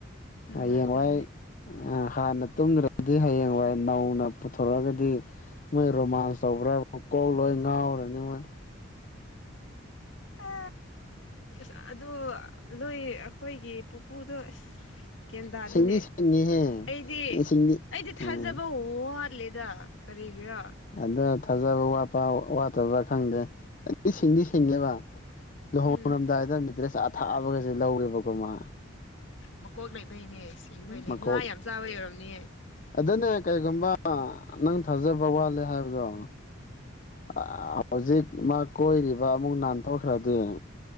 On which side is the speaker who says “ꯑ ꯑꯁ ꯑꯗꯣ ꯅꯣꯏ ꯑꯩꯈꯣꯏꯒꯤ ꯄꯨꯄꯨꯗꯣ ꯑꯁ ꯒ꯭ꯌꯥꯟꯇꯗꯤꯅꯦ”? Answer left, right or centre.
Left